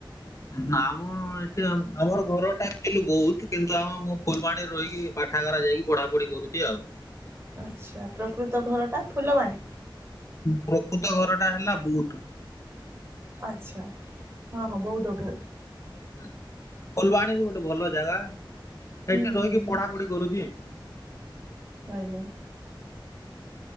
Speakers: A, on the left (about 35°); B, on the right (about 30°).
A: ନାଁମ ଏଠି ଆମ୍ ଆମର ଘରଟା ଆକଚୁଲି ଗୋଉଦ କିନ୍ତୁ ଆମ ମୁଁ ଫୁଲବାଣୀରେ ରହିକି ପାଠାଗାରା ଯାଇକି ପଢା ପଢି କରୁଚି ଆଉ।
B: ଆଚ୍ଛା ପ୍ରକୃତ ଘରଟା ଫୁଲବାଣୀ?
A: ପ୍ରକୃତ ଘରଟା ହେଲା ବୁଟ୍।
B: ଆଚ୍ଛା ହଁ ହଁ ବଉଦ ପୁ
A: ହୁଁ ଫୁଲବାଣୀ ବି ଗୋଟେ ଭଲ ଜାଗା ସେଠି
B: ହୁଁ ହୁଁ
A: ରହିକି
B: ହୁଁ
A: ପଢା ପଢି କରୁଚି।
B: ଆଜ୍ଞା।